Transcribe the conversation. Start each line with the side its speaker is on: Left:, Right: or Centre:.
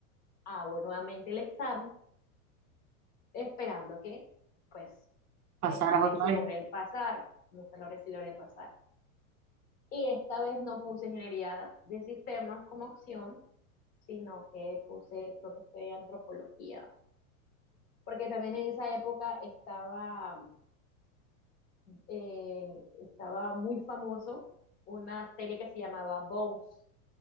Left: hago nuevamente el examen, esperando que, pues,
Right: pasarás
Left: esta vez
Right: otra
Left: sí
Right: vez.
Left: logré pasar, no esta vez sí logré pasar. Y esta vez no puse ingeniería de sistemas como opción, sino que puse, creo que fue antropología, porque también en esa época estaba, eh, estaba muy famoso una serie que se llamaba Bones,